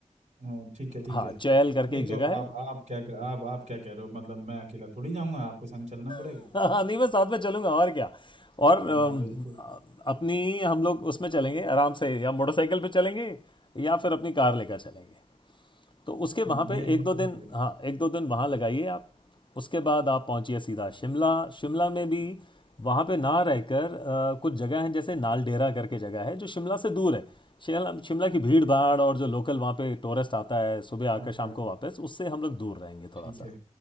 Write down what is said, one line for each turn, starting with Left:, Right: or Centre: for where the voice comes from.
Right: हाँ ठीक है ठीक
Left: हाँ
Right: है
Left: चहल करके
Right: नहीं
Left: एक
Right: तो
Left: जगह
Right: आप
Left: है
Right: आप क्या कर, आप आप क्या कह रहे हो मतलब मैं अकेला थोड़ी जाऊंगा आपको संग चलना पड़ेगा
Left: <laughs> हाँ नहीं मैं साथ में चलूंगा और क्या और
Right: हाँ
Left: अम,
Right: बिल्कुल
Left: अपनी हम लोग उसमें चलेंगे आराम से या मोटरसाइकिल पे चलेंगे या फिर अपनी कार लेकर चलेंगे तो उसके
Right: नहीं
Left: वहाँ पे
Right: मोटरसाइकिल
Left: एक दो दिन हाँ एक दो दिन वहाँ लगाइए आप उसके बाद आप पहुँचिए सीधा शिमला शिमला में भी वहाँ पे ना रहकर अ, कुछ जगह हैं जैसे नालडेरा करके जगह है जो शिमला से दूर है शिमला शिमला की भीड़ भाड़ और जो लोकल वहाँ पे टूरिस्ट आता है सुबह आकर
Right: हाँ
Left: शाम
Right: हाँ
Left: को वापस उससे हम लोग दूर रहेंगे थोड़ा
Right: ठीक
Left: सा
Right: है